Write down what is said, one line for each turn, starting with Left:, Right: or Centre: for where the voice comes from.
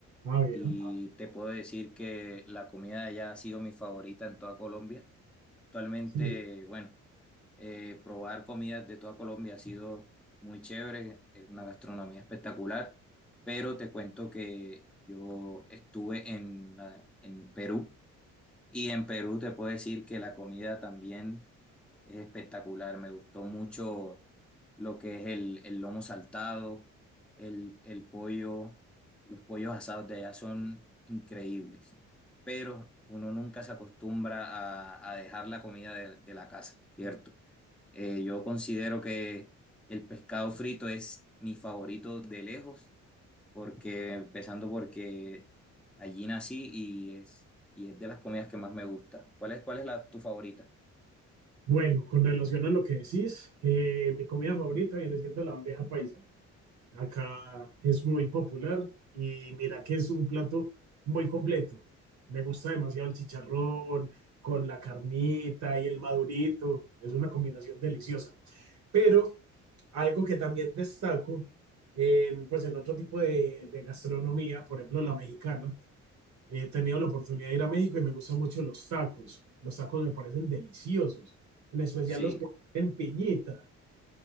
Right: Ah, bien.
Centre: y te puedo decir que la comida de allá ha sido mi favorita en toda Colombia. Actualmente,
Right: Sí.
Centre: bueno, eh, probar comidas de toda Colombia ha sido muy chévere, es una gastronomía espectacular, pero te cuento que yo estuve en, la- en Perú y en Perú te puedo decir que la comida también Es espectacular, me gustó mucho lo que es el, el lomo saltado, el, el pollo, los pollos asados de allá son increíbles, pero uno nunca se acostumbra a, a dejar la comida de, de la casa, ¿cierto? Eh, yo considero que el pescado frito es mi favorito de lejos, porque empezando porque allí nací y es, y es de las comidas que más me gusta. ¿Cuál es, cuál es la, tu favorita?
Right: Bueno, con relación a lo que decís, eh, mi comida favorita viene siendo la bandeja paisa. Acá es muy popular y mira que es un plato muy completo. Me gusta demasiado el chicharrón con la carnita y el madurito. Es una combinación deliciosa. Pero algo que también destaco en, pues en otro tipo de, de gastronomía, por ejemplo la mexicana, he tenido la oportunidad de ir a México y me gustan mucho los tacos. Los tacos me parecen deliciosos, en especial
Centre: Sí,
Right: los que tienen piñita.